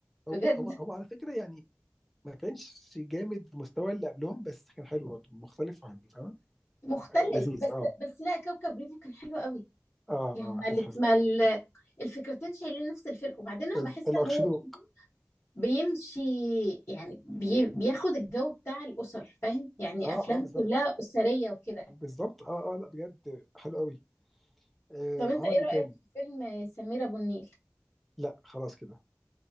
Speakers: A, in the centre; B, on the left.
A: هو
B: بجد
A: هو هو على فكره يعني ما كانش جامد في مستوى اللي قبلهم بس كان حلو برضه مختلف وحلو فاهم
B: مختلف
A: لذيذ
B: بس
A: اه
B: بس لا كوكب ريفو كان حلو قوي
A: اه
B: يعني ما,
A: اه
B: ال-
A: كان حلو
B: ما ال- الفكرتين شايلين نفس الفيلم وبعدين انا
A: ال-
B: بحس
A: الاخشدوك
B: هو برضه بيمشي يعني بي بياخد الجو بتاع الاسر فاهم يعني
A: اه
B: افلام
A: اه بالظبط
B: كلها اسريه وكده
A: بالظبط اه اه لا بجد حلو قوي آه
B: طب انت
A: عمل
B: ايه
A: ايه
B: رايك
A: تاني
B: في فيلم سمير ابو النيل
A: لا خلاص كده